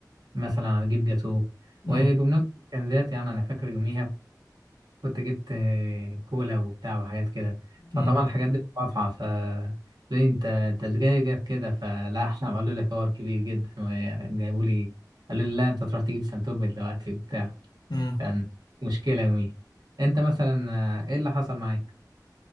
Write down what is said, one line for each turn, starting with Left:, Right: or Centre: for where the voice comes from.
Right: مثلا هتجيب جاتوه
Left: مم.
Right: وبمناسبة الكنزات يعني انا فاكر يوميها كنت جبت آه، كولا وبتاع وحاجات كده فطبعا
Left: مم.
Right: الحاجات دي مقاطعة ف ليه انت انت اللي جاي جايب كده فلا احنا عملوا لي حوار كبير جدا وجابوا لي قالوا لي لا انت تروح تجيب سنتوب دلوقتي وبتاع
Left: مم.
Right: كان مشكلة يومي انت مثلا آه، ايه اللي حصل معاك؟